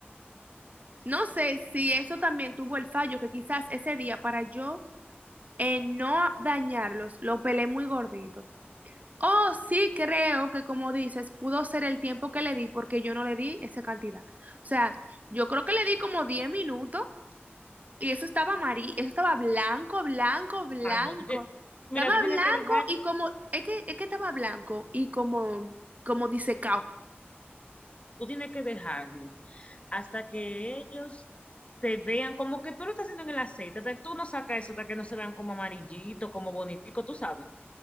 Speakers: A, on the right; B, on the left.
A: no sé si eso también tuvo el fallo, que quizás ese día para yo eh, no dañarlos, lo pelé muy gordito. Oh, sí creo que como dices, pudo ser el tiempo que le di porque yo no le di esa cantidad. O sea, yo creo que le di como 10 minutos y eso estaba amarillo, eso estaba blanco, blanco, blanco.
B: Ah, no, tú tienes,
A: Estaba
B: mira, tú tienes
A: blanco
B: que dejarlo,
A: y como, es que, es que estaba blanco y como, como disecado.
B: tú tienes que dejarlo hasta que ellos te vean como que tú lo estás haciendo en el aceite, hasta que tú no sacas eso, hasta que no se vean como amarillito, como bonitico, tú sabes.